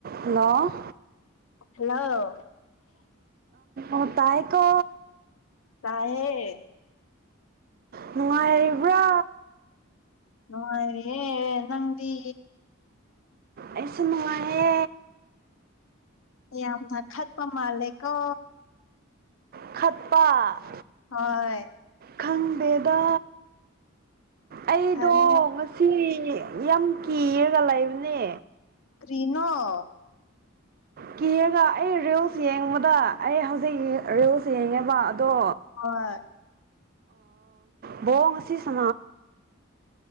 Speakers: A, on the right; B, on the left.
A: ꯅ
B: ꯍꯜꯂꯣ
A: ꯑ ꯇꯥꯏꯀꯣ
B: ꯀꯑꯦ
A: ꯅꯨꯡꯉꯥꯏꯔꯤꯕ꯭ꯔꯥ
B: ꯅꯨꯡꯉꯥꯏꯔꯤꯦ ꯅꯪꯗꯤ
A: ꯑ ꯃꯉꯅꯦ
B: ꯌꯥꯝꯅ ꯈꯠꯄ ꯃꯥꯂꯦꯀꯣ
A: ꯈꯄ
B: ꯍꯣꯏ
A: ꯈꯪꯗꯦꯗ ꯑꯩꯗꯣ
B: ꯐꯔꯦꯅꯦ
A: ꯉꯁꯤ ꯌꯥꯝ ꯀꯤꯔꯒ ꯂꯩꯕꯅꯦ
B: ꯔꯅꯥꯣ
A: ꯀꯤꯔꯒ ꯑꯩ ꯔꯤꯜꯁ ꯌꯦꯡꯕꯗ ꯑꯩ ꯍꯧꯖꯤꯛ ꯔꯤꯜꯁ ꯌꯦꯡꯉꯦꯕ ꯗꯣ
B: ꯍꯣꯏ
A: ꯕꯡ ꯉ ꯑꯁꯤ ꯁ